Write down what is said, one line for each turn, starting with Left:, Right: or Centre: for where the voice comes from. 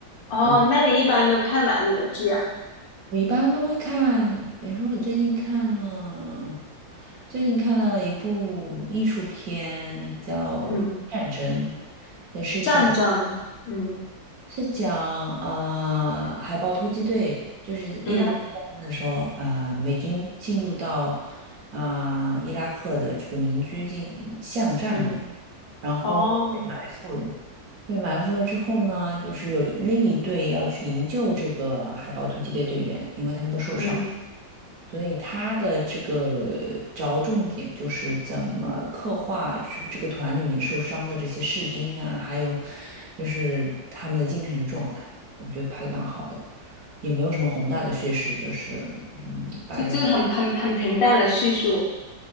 Left: 哦，
Right: 嗯
Left: 那你一般都看哪里的剧啊？
Right: 我一般都会看，比如说我最近看了，最近看了一部艺术片叫
Left: 嗯。
Right: 《战争》，也是讲
Left: 战争，嗯
Right: 是讲呃海豹突击队，就是伊拉克战争的时候，
Left: 嗯
Right: 啊、美军进入到啊、伊拉克的这个民居进巷战嘛，
Left: 嗯，
Right: 然后被埋伏了。
Left: 哦，
Right: 被埋伏了之后呢，就是有另一队要去营救这个海豹突击队队员，因为他们都受伤。
Left: 嗯，
Right: 所以他的这个着重点就是怎么刻画这个这个团里面受伤的这些士兵啊，还有就是他们的精神状态，我觉得拍的蛮好的，也没有什么宏大的叙事，就是嗯，把人
Left: 就就是很很很平淡的叙述，